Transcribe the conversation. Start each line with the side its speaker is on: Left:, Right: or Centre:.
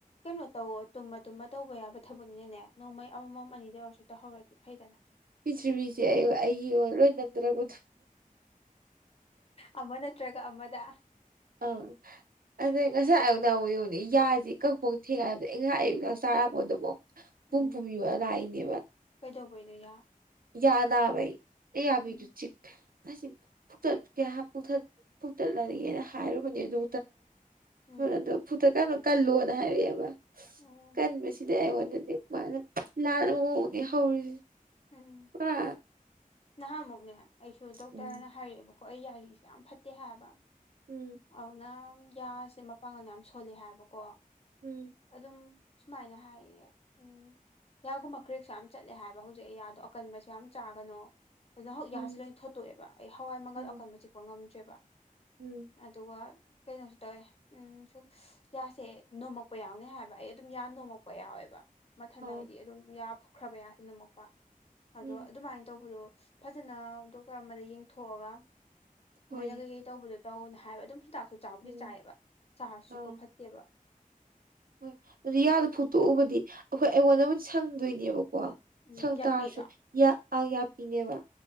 Left: ꯀꯩꯅꯣ ꯇꯧ ꯇꯨꯝꯃ ꯇꯨꯝꯃ ꯇꯧꯕ ꯌꯥꯕ ꯊꯕꯛꯅꯤꯅꯅꯦ ꯅꯣꯡꯃꯩ ꯑꯃꯃꯝ ꯑꯅꯤꯗ ꯑꯣꯏꯔꯁꯨ ꯇꯧꯍꯧꯔꯗꯤ ꯐꯩꯗꯅ
Right: ꯄꯤꯔꯤꯊꯤꯔꯤꯕꯕꯤꯁꯦ ꯑꯩ ꯑꯩꯒꯤ ꯂꯣꯏ ꯅꯟꯊꯔꯛꯄ
Left: ꯑꯃ ꯅꯠꯇ꯭ꯔꯒ ꯑꯃꯗ
Right: ꯑ ꯑꯗꯩ ꯉꯁꯥꯏ ꯑꯌꯨꯛꯅꯥꯎꯌꯨꯅꯦ ꯌꯥꯁꯤꯦ ꯀꯛꯐꯧ ꯊꯦꯡꯉꯗ ꯑꯩ ꯉꯁꯥꯏ ꯑꯌꯨꯛꯅꯥ ꯆꯥꯔꯛꯄ ꯑꯗꯨꯐꯥꯎ ꯄꯨꯡ
Left: ꯎꯝ
Right: ꯄꯨꯝ ꯌꯕ ꯂꯥꯛꯏꯅꯦꯕ
Left: ꯀꯩꯗꯧꯕꯩꯅꯣ ꯌꯥ
Right: ꯌꯥꯅꯥ ꯥꯏ ꯑꯦ ꯌꯥꯝꯔꯨꯆꯛ
Left: ꯎꯝ
Right: ꯑꯁꯤ ꯐꯛꯇꯠ ꯀꯌꯥ ꯐꯨꯛꯇꯠꯂꯒꯒꯦꯅ ꯍꯥꯏꯔꯨꯕꯅꯦ ꯑꯗꯨ
Left: ꯎꯝ
Right: ꯇꯔꯗꯣ ꯐꯨꯠꯇꯀꯅꯣ ꯀꯜꯂꯣꯅ ꯍꯥꯏꯔꯛꯑꯦꯕ
Left: ꯑꯣ
Right: ꯀꯟꯕꯁꯤꯗꯤ ꯑꯩꯉꯣꯟꯗꯗꯤ ꯃꯥꯅ ꯂꯥꯟꯅꯕ ꯃꯑꯣꯡꯗꯤ ꯍꯧꯔꯤꯁꯦ
Left: ꯎꯝ
Right: ꯄꯨꯔꯥ
Left: ꯅꯍꯥꯟꯃꯨꯛꯅꯦ ꯑꯩꯁꯨ ꯗꯣꯛꯇꯔꯅ
Right: ꯎꯝ
Left: ꯍꯥꯏꯔꯛꯑꯦꯕꯀꯣ ꯑꯩ ꯌꯥꯔꯤꯁꯦ ꯌꯥꯝ ꯐꯠꯇꯦ ꯍꯥꯏꯕ
Right: ꯎꯝ
Left: ꯑꯗꯨꯅꯪ ꯌꯥꯁꯦ ꯃꯄꯥꯡꯒꯜ ꯌꯥꯝ ꯁꯣꯜꯂꯤ ꯍꯥꯏꯕꯀꯣ
Right: ꯎꯝ
Left: ꯑꯗꯨꯝ ꯁꯨꯃꯥꯏꯅ ꯍꯥꯏꯌꯦ ꯎꯝ ꯌꯥꯒꯨꯝꯕ ꯀ꯭ꯔꯦꯛꯁꯨ ꯌꯥꯝ ꯆꯠꯂꯦ ꯍꯥꯏꯕ ꯍꯧꯖꯤꯛ ꯑꯩ ꯌꯥꯗꯣ ꯑꯀꯟꯕꯁꯨ ꯌꯥꯝ ꯆꯥꯒꯅꯣ ꯑꯗꯨꯅ ꯍꯧꯛ
Right: ꯎꯝ
Left: ꯒꯁ ꯂꯣꯏ ꯊꯣꯠꯇꯣꯛꯑꯦꯕ ꯑꯩ ꯍꯋꯥꯏ ꯃꯪꯒꯜ
Right: ꯎꯝ
Left: ꯑꯀꯟꯕ ꯆꯤꯛꯄ ꯉꯝꯗ꯭ꯔꯦꯕ
Right: ꯎꯝ
Left: ꯑꯗꯨꯒ ꯀꯩꯅꯣꯁꯨ ꯇꯧꯋꯦ ꯁꯨꯝ ꯌꯥꯁꯦ ꯅꯣꯝꯃꯛꯄ ꯌꯥꯎꯅꯤ ꯍꯥꯏꯕ ꯑꯩ ꯑꯗꯨꯝ ꯌꯥ ꯅꯣꯝꯃꯛꯄ ꯌꯥꯎꯋꯦꯕ ꯃꯊꯟꯗ
Right: ꯑꯥ
Left: ꯍꯥꯏꯗꯤ ꯑꯗꯨꯝ ꯌꯥ ꯐꯨꯈ꯭ꯔꯕ ꯌꯥꯁꯦ ꯅꯝꯃꯛꯄ ꯑꯗꯣ
Right: ꯎꯝ
Left: ꯑꯗꯨꯃꯥꯏꯅ ꯇꯧꯕꯗꯣ ꯐꯖꯅ ꯗꯣꯛꯇꯔ ꯑꯃꯗ ꯌꯦꯡꯊꯣꯛꯑꯒ
Right: ꯍꯣꯏ
Left: ꯃꯣꯏꯅ ꯀꯩꯀꯩ ꯇꯧꯕꯗꯣ ꯇꯧꯅ ꯍꯥꯏꯕ ꯑꯗꯨꯝ ꯍꯤꯗꯥꯛꯁꯨ ꯆꯥꯕꯨꯗꯤ
Right: ꯎꯝ
Left: ꯆꯥꯏꯑꯕ ꯆꯥꯔꯁꯨ
Right: ꯑꯥ
Left: ꯆꯨꯄ ꯐꯠꯇꯦꯕ
Right: ꯍꯣꯏ ꯑꯗꯨ ꯌꯥꯗ ꯐꯨꯛꯇꯣꯛꯎꯕꯗꯤ ꯑꯩꯈꯣꯏ ꯑꯩꯉꯣꯟꯗꯕꯨꯗꯤ ꯁꯪꯗꯣꯏꯅꯦꯕꯀꯣ
Left: ꯎꯝ
Right: ꯁꯪꯗꯔꯁꯨ
Left: ꯌꯥꯄꯤꯔꯣ
Right: ꯌꯥ ꯑ ꯄꯤꯅꯦꯕ